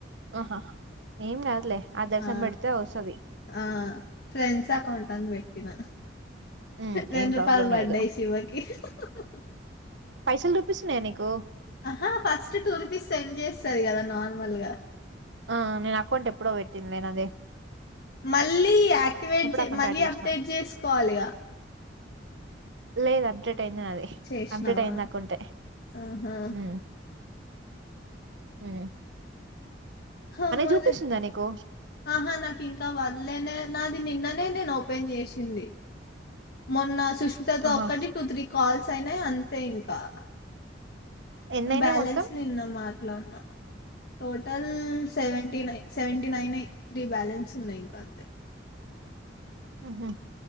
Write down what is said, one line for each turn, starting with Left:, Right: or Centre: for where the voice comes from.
Right: ఆహా ఏం కాదులే ఆదర్శ్
Left: ఆ
Right: అని పెడితే వస్తది
Left: ఆ ఫ్రెండ్స్ అకౌంట్ అని పెట్టినా
Right: ఉమ్
Left: రెండు
Right: ఏం
Left: రూపాయలు
Right: ప్రాబ్లం
Left: పడ్డాయి
Right: లేదు
Left: శివకి హా హా హా
Right: పైసలు చూపిస్తున్నాయా నీకు
Left: ఆహా ఫస్ట్ టూ రూపీస్ సెండ్ చేస్తది కదా నార్మల్ గా
Right: ఆ నేన్ అకౌంట్ ఎప్పుడో పెట్టింద్ నేను అదె
Left: మళ్ళీ యాక్టివేట్ చే
Right: అకౌంట్
Left: మళ్ళీ
Right: యాడ్ చేసిన
Left: అప్డేట్ చేసుకోవాలిగా
Right: లేదు అడ్జెట్ కట్ అయింది నాది
Left: చేసినావా
Right: అబ్డేట్ అయింది అకౌంటె
Left: ఆహా
Right: మ్ మ్
Left: హమ్
Right: చూపిస్తుందా
Left: అదే
Right: నీకు
Left: ఆహా నాకింకా వల్లే నే నాది నిన్ న్ననే నేను ఓపెన్ చేసింది మొన్న సుష్మితతో
Right: ఆహా
Left: ఒక్కటి టూ త్రీ కాల్స్ తాయినై అంతే ఇంకా
Right: ఎన్నయినాయి
Left: బ్యాలెన్స్
Right: మొత్తం
Left: నిన్నమ అట్లాన్నా total seventy nine seventy నైన్యి three balance ఉన్నాయి ఇంకా అంతే
Right: ఉ హూ